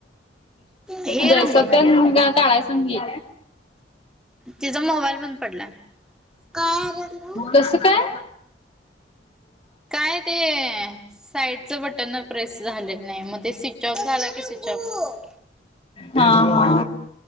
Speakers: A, in the centre; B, on the left.
A: हे
B: जय
A: रंग
B: सत्यन
A: म्हणले ना
B: काय सांग की.
A: तिचा मोबाईल बंद पडलाय काय रंगू
B: तस काय.
A: नाही ते साईडच बटन प्रेस झालेलं नाही मग ते सि स्च ऑफ झाला की स्विच ऑफ.
B: हा हा.